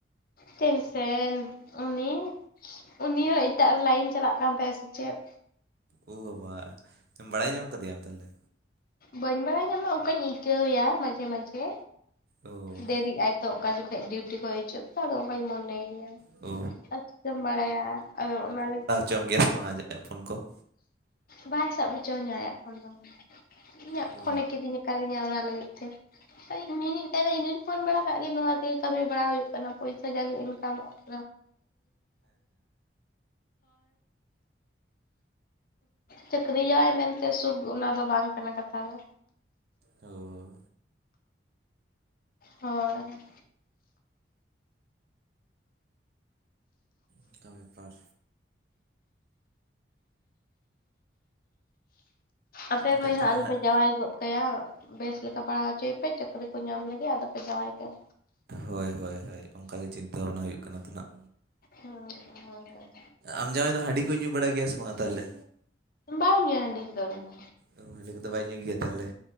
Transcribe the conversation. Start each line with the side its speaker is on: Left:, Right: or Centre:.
Left: ᱴᱮᱱᱥᱮᱱ ᱩᱱᱤ ᱩᱱᱤ ᱦᱚᱸ ᱮᱴᱟᱜ ᱨᱮ ᱞᱟᱭᱤᱱ ᱪᱟᱞᱟᱜ ᱠᱟᱱ ᱛᱟᱭᱟ ᱥᱮ ᱪᱮᱫ?
Right: ᱳ ᱵᱟᱵᱟ ᱵᱟᱲᱟᱭ ᱧᱟᱢ ᱟᱠᱟᱫᱮᱭᱟᱢ ᱛᱟᱞᱦᱮ?
Left: ᱵᱟᱹᱧ ᱵᱟᱲᱟᱭ ᱧᱟᱢᱟ ᱚᱠᱟᱧ ᱟᱹᱭᱠᱟᱹᱣᱭᱟ ᱢᱟᱡᱷᱮ ᱢᱟᱡᱷᱮ,
Right: ᱳ
Left: ᱰᱮᱨᱤ ᱟᱭ᱾ ᱛᱚ ᱚᱠᱟ ᱡᱚᱠᱷᱚᱡ ᱰᱤᱭᱩᱴᱤ ᱠᱷᱚᱡ ᱦᱤᱡᱩᱜ ᱛᱚ ᱟᱫᱚ ᱚᱱᱠᱟᱧ ᱢᱚᱱᱮ᱾ ᱮᱭᱟ,
Right: ᱳ
Left: ᱟᱨ ᱪᱤᱠᱟᱹᱢ ᱵᱟᱲᱟᱭᱟ ᱟᱫᱚ ᱚᱱᱟ ᱞᱟᱹᱜᱤᱫ
Right: ᱡᱚᱢ ᱜᱮᱭᱟ ᱥᱮ ᱵᱟᱝ <inaudible> ᱯᱷᱳᱱ ᱠᱚ?
Left: ᱵᱟᱭ ᱥᱟᱵ ᱦᱚᱪᱚᱣᱟᱹᱧᱟ ᱟᱭᱟᱜ ᱯᱷᱳᱱ ᱫᱚ, ᱤᱧᱟᱹᱜ
Right: ᱳ
Left: ᱯᱷᱳᱱᱮ ᱠᱤᱨᱤᱧ ᱠᱟᱹᱫᱤᱧᱟ ᱚᱱᱟ ᱞᱟᱹᱜᱤᱫ ᱛᱮ᱾ ᱤᱧ ᱦᱩᱧ <inaudible> ᱤᱧ ᱦᱩᱧ ᱯᱷᱳᱱ ᱵᱟᱲᱟ ᱠᱟᱜ ᱜᱮ ᱱᱚᱣᱟ ᱛᱮᱜᱮ ᱠᱟᱹᱢᱤ ᱵᱟᱲᱟ ᱦᱩᱭᱩᱜ ᱠᱟᱱᱟ ᱯᱚᱭᱥᱟ ᱡᱟᱜᱮ ᱤᱱᱠᱟᱢᱚᱜ <inaudible> ᱪᱟᱹᱠᱨᱤᱣᱟᱭ ᱢᱮᱱ᱾ <unintelligible> ᱥᱩᱠ ᱚᱱᱟ ᱫᱚ ᱵᱟᱝ ᱠᱟᱱᱟ ᱠᱟᱛᱷᱟ ᱫᱚ᱾
Right: ᱚᱻ
Left: ᱦᱳᱭ
Right: ᱚᱝᱠᱟ ᱵᱮᱯᱟᱨ
Left: ᱟᱯᱮ
Right: ᱮᱱᱠᱷᱟᱡ
Left: ᱢᱟ. ᱭ
Right: ᱛᱟᱦᱚᱞᱮ
Left: ᱦᱚ ᱟᱞᱩᱯᱮ
Right: ᱦᱟᱸᱜ
Left: ᱡᱟᱣᱟᱭ ᱜᱚᱫᱽ ᱠᱟᱭᱟ ᱵᱮᱥ ᱞᱮᱠᱟ ᱯᱟᱲᱦᱟᱣ ᱦᱚᱪᱚᱭᱮ ᱯᱮ ᱪᱟᱹᱠᱨᱤ ᱠᱚ ᱧᱟᱢ ᱞᱟᱹᱜᱤᱫ ᱟᱫᱚᱯᱮ ᱡᱟᱶᱟᱭ ᱠᱟᱭᱟ᱾
Right: ᱦᱳᱭ ᱦᱳᱭ ᱦᱳᱭ ᱚᱱᱠᱟ ᱜᱮ ᱪᱤᱱᱛᱟᱹ ᱵᱷᱟᱱᱟ ᱦᱩᱭᱩᱜ ᱠᱟᱱᱟ ᱛᱟᱦᱮᱱᱟᱜ᱾
Left: ᱦᱩ ᱦᱚᱭ ᱦᱚᱭ
Right: ᱟᱢ ᱡᱟᱣᱟᱭ ᱫᱚ ᱦᱟᱺᱰᱤ ᱠᱚ ᱧᱩ ᱵᱟᱲᱟᱭ ᱜᱮᱭᱟ ᱥᱮ ᱵᱟᱝᱟ ᱛᱟᱦᱚᱞᱮ?
Left: ᱵᱟᱭ ᱧᱩᱭᱟ ᱦᱟᱺᱰᱤ ᱠᱚᱫᱚ ᱩᱱᱤ ᱫᱚ᱾
Right: ᱚ ᱦᱟᱺᱰᱤ ᱠᱚᱫᱚ ᱵᱟᱭ ᱧᱩᱭ ᱜᱮᱭᱟ ᱛᱟᱦᱚᱞᱮ᱾